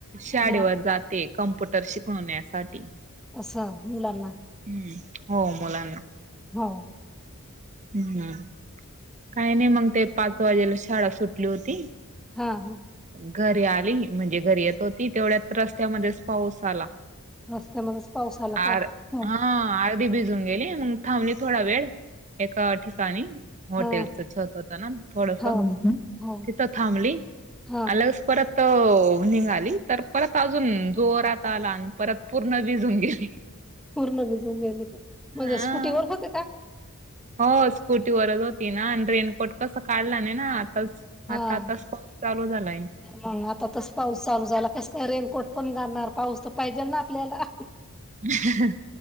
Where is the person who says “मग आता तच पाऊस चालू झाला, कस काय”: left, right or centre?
Centre